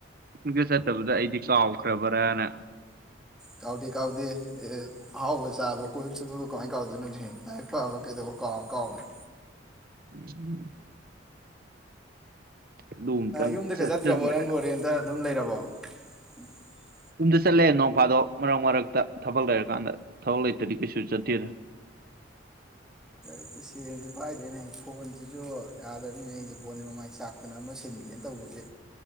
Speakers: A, on the right; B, in the centre.
A: ꯀꯗ ꯆꯠꯇꯕꯗ ꯑꯩꯗꯤ ꯀꯥꯎꯈ꯭ꯔꯕ꯭ꯔꯥꯅ
B: ꯀꯥꯎꯗ ꯀꯥꯎꯗ ꯑꯦ ꯑꯍꯥꯎꯕ ꯆꯥꯕ ꯀꯣꯏꯕ ꯆꯠꯄꯕ ꯀꯃꯥꯏꯅ ꯀꯥꯎꯗꯣꯏꯅꯣꯅꯦ ꯂꯥꯏꯔꯤꯛ ꯐꯕ ꯀꯩꯗꯧꯕ ꯀꯥꯎ ꯀꯥꯎꯕꯅꯤ
A: ꯎꯝ ꯑꯗꯨ ꯑꯃꯨꯛꯇꯪ
B: ꯌꯨꯝꯗꯒ
A: ꯆꯠꯁꯤꯟꯕ
B: ꯆꯠꯇ꯭ꯔꯕꯣꯔꯪꯒꯣꯔꯦꯇ ꯑꯗꯨꯝ ꯂꯩꯔꯕ <unintelligible>
A: ꯌꯨꯝꯗ ꯆꯠꯂꯦ ꯅꯣꯡ ꯐꯥꯗꯣ ꯃꯔꯛ ꯃꯔꯛꯇ ꯊꯕꯛ ꯂꯩꯔꯀꯥꯟꯗ ꯊꯕꯛ ꯂꯩꯇꯔꯤ ꯀꯩꯁꯨ ꯆꯠꯇꯦꯗ
B: ꯁꯦꯟꯁꯤꯦ ꯄꯥꯏꯗ꯭ꯔꯦꯅꯦ ꯐꯣꯟꯁꯤꯁꯨ ꯌꯥꯗꯕꯅꯤꯅꯦ ꯑꯩꯁꯦ ꯐꯣꯟꯁꯦ ꯃꯃꯥꯏ ꯆꯥꯛꯇꯅ ꯑꯃ ꯁꯤꯟꯒꯦꯅ ꯇꯧꯕꯁꯦ